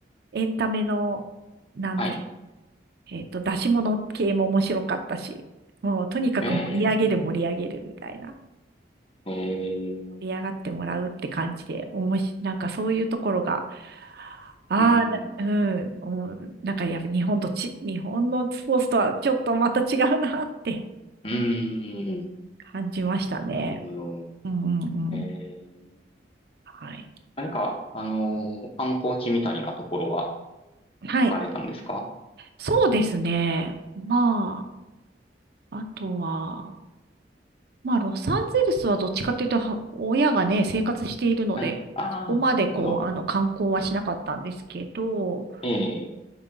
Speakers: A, on the right; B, on the left.
A: エンタメの、なんでしょ
B: はい。
A: う、えっと、出し物系も面白かったし、もうとにかく盛り上げる盛り上げるみたいな、
B: えー、えー、
A: 盛り上がってもらうって感じで、おもし、なんかそういうところが、ああ、
B: うん、
A: なうん、おなんかやっぱ日本とち、日本のスポーツとはちょっとまた違うなって
B: うーん、
A: 感じましたね。
B: なるほど。
A: うんうんうん。
B: えー、
A: はい。
B: 何か、あのー観光地みたいなところは
A: はい。
B: 行かれたんですか
A: そうですね。まあ。あとは、まあ、ロサンゼルスはどっちかっていうと、は親がね、生活しているので、
B: はい。ああなるほど。
A: そこまでこう、あの、観光はしなかったんですけど、
B: ええ、